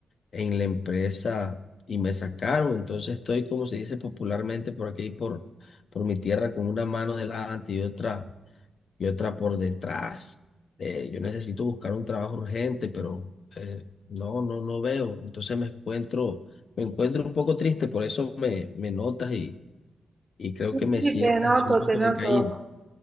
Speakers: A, on the left; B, on the right.
A: en la empresa y me sacaron. Entonces estoy, como se dice popularmente por aquí, por, por mi tierra, con una mano delante y otra y otra por detrás. Eh, yo necesito buscar un trabajo urgente, pero eh, no, no, no veo. Entonces me encuentro, me encuentro un poco triste, por eso me, me notas y, y creo
B: Sí,
A: que me sientas
B: te noto,
A: así un poco
B: te noto.
A: decaído.